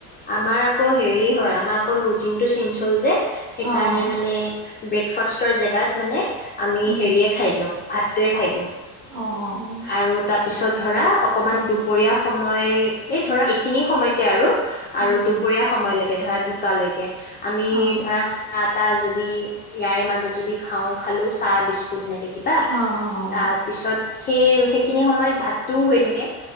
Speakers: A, on the left; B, on the right.
A: আমাৰ আকৌ হেৰি হয় আমাৰ অকণ ৰুটিনটো চেঞ্জ হ'ল যে সেইকাৰণে
B: অ অ
A: মানে ব্ৰেকফাষ্টৰ জেগাত মানে আমি
B: উম
A: হেৰিয়ে খাই দিওঁ ভাতটোৱে খাই দিওঁ
B: অ অ অ
A: আৰু তাৰ পিছত ধৰা অকমান দুপৰীয়া সময় এই ধৰা এইখিনি সময়তে আৰু
B: উম
A: আৰু দুপৰীয়া
B: উম
A: সময়লৈকে ধৰা দুটালৈকে আমি
B: অ
A: ধৰা চাহ তা যদি ইয়াৰে মাজত যদি খাওঁ খালো চাহ বিস্কুট এনেকে কিবা
B: অ অ অ অ
A: তাৰ পিছত সেই, সেইখিনি সময়ত ভাতটোও হৈ থাকে।